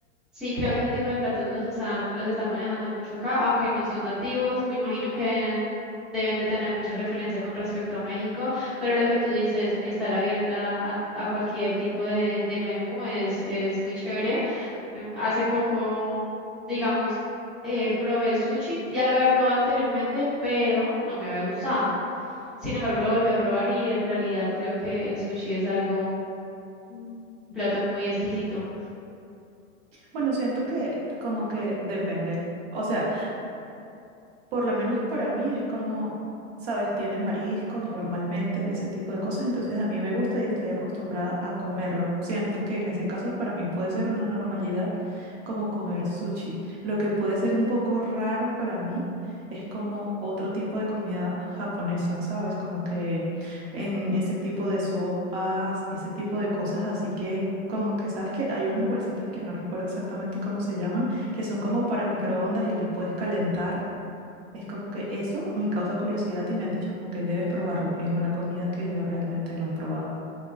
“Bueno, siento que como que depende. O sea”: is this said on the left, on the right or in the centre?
Right